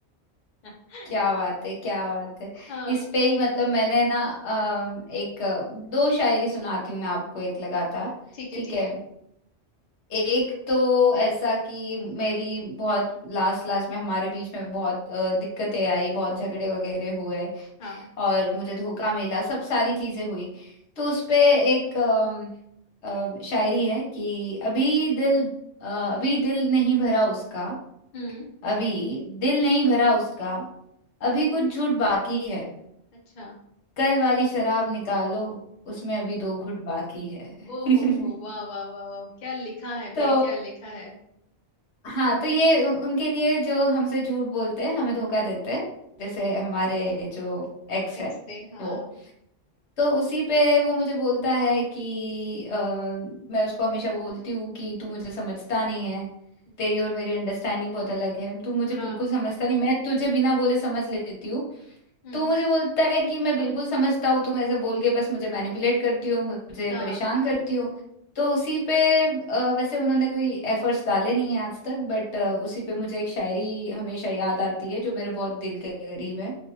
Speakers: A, on the left; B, on the left.
A: <laughs>
B: क्या बात है क्या बात है
A: हाँ
B: इस पे ही मतलब मैंने ना अम, एक अ, दो शायरी सुनाती हूँ मैं आपको एक लगातार
A: ठीक
B: ठीक
A: है ठीक
B: है
A: है
B: एक तो ऐसा कि मेरी बहुत लास्ट लास्ट में हमारे बीच में बहुत अ, दिक्कतें आई बहुत झगड़े वगैरह हुए
A: हाँ
B: और मुझे धोखा मिला सब सारी चीजें हुई तो उसपे एक अम, अ, शायरी है कि अभी दिल अ, अभी दिल नहीं भरा उसका
A: हम्म
B: अभी दिल नहीं भरा उसका अभी कुछ झूठ बाकी है
A: अच्छा
B: कल वाली शराब निकालो उसमें अभी दो घूंट बाकी है
A: ओ
B: <laughs>
A: हो हो वाह वाह वाह वाह क्या लिखा है
B: तो
A: भाई क्या लिखा है
B: हाँ तो ये उ- उनके लिए जो हमसे झूठ बोलते हैं हमें धोखा देते हैं जैसे हमारे जो एक्स है
A: एक्स से हाँ
B: वो तो उसी पे वो मुझे बोलता है कि अ, मैं उसको हमेशा बोलती हूँ कि तू मुझे समझता नहीं है
A: हम्म,
B: तेरी और मेरी अंडरस्टैंडिंग बहुत अलग है तू मुझे बिल्कुल
A: हाँ
B: समझता नहीं मैं तुझे बिना बोले समझ लेती हूँ
A: हम्म
B: तू मुझे बोलता है कि मैं बिल्कुल समझता हूँ तुम ऐसे बोल के बस मुझे मैनिपुलेट करती हो मुझे
A: हाँ
B: परेशान करती हो तो उसी पे अ, वैसे उन्होंने कोई एफर्ट्स डाले नहीं है आज तक बट उसी पे मुझे एक शायरी हमेशा याद आती है जो मेरे बहुत दिल के करीब है